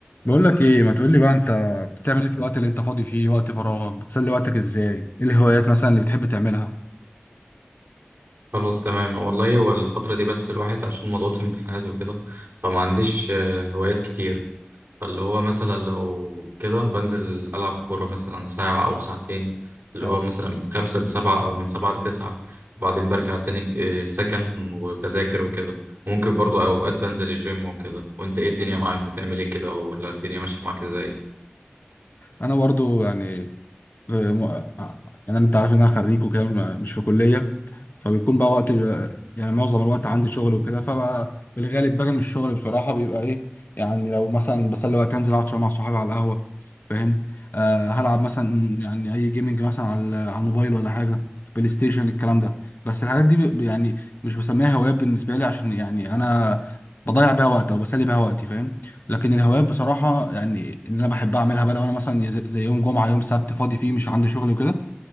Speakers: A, on the left; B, on the right.
A: بقول لك ايه ما تقول لي بقى انت بتعمل ايه في الوقت اللي انت فاضي فيه وقت فراغك بتسلي وقتك ازاي ايه الهوايات مثلا اللي بتحب تعملها
B: خلاص تمام والله هو الفترة دي بس الواحد عشان مضغوط امتحانات وكده فما عنديش آه، هوايات كتير فاللي هو مثلا لو كده بنزل ألعب كورة مثلا ساعة أو ساعتين اللي
A: نعم.
B: هو مثلا من خمسة لسبعة أو من سبعة لتسعة وبعدين برجع تاني آه، السكن وبذاكر وكده ممكن برضو أوقات بنزل الجيم وكده وأنت إيه الدنيا معاك بتعمل إيه كده ولا الدنيا ماشية معاك إزاي؟
A: انا برضو يعني آه، م- آه، يعني انت عارف ان انا خريج وكده م- مش في كليه فبيكون بقى وقت آه، يعني معظم الوقت عندي شغل وكده فبقى بالغالب باجي من الشغل بصراحه بيبقى ايه يعني لو مثلا بسلي وقت انزل اقعد شويه مع صحابي على القهوه فاهم آه هلعب مثلا يعني اي جيمنج مثلا على على الموبايل ولا حاجه بلاي ستيشن الكلام ده بس الحاجات دي ب- يعني مش بسميها هوايات بالنسبه لي عشان يعني انا بضيع بيها وقت او بسلي بيها وقتي فاهم لكن الهوايات بصراحة يعني اللي أنا بحب أعملها بقى لو أنا مثلا زي زي يوم جمعة يوم سبت فاضي فيه مش عندي شغل وكده